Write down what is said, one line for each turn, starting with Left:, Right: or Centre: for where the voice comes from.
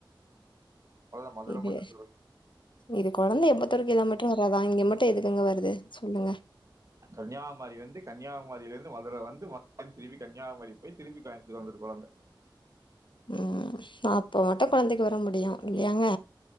Right: கொழந்த மதுர
Left: இது
Right: மட்டுந்தா வரு
Left: இது கொழந்த எம்பதொரு கிலோமீட்ரு வரா அதா இங்க மட்டு எதுக்குங்க வருது சொல்லுங்க
Right: கன்னியாகுமரி வந்து கன்னியாகுமரிலிருந்து மதுர வந்து மறுடியு திரும்பி கன்னியாகுமரி போய் திரும்பி கோயம்பத்தூர் வந்துட்டு போறாங்க
Left: ம், அப்ப மட்டு கொழந்தைக்கு வர முடியு இல்லையாங்க